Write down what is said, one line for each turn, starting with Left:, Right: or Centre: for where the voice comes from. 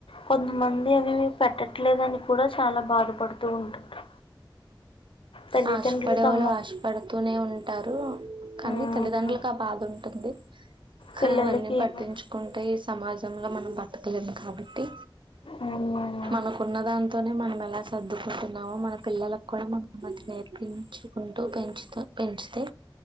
Left: కొంతమంది అవి పెట్టట్లేదని కూడా చాలా బాధపడుతూ ఉంటారు తల్లిదండ్రులు
Right: ఆశపడే
Left: తమ
Right: వాళ్ళు ఆశపడుతూనే ఉంటారు కాని
Left: మ్
Right: తల్లిదండ్రులకు ఆ బాధ ఉం ఉంటుంది కానీ
Left: పిల్లలకి
Right: అవన్నీ పట్టించుకుంటే
Left: ఏమైనా
Right: ఈ సమాజం సమాజం లో మనం బతక లేము కాబట్టి
Left: మ్
Right: మనకున్న దాంట్లో నే మనం ఎలా సర్దుకుంటున్నామో మన పిల్లలకు కూడా మనం అనుమతి నేర్పించుకుంటు పెంచుతు పెంచితే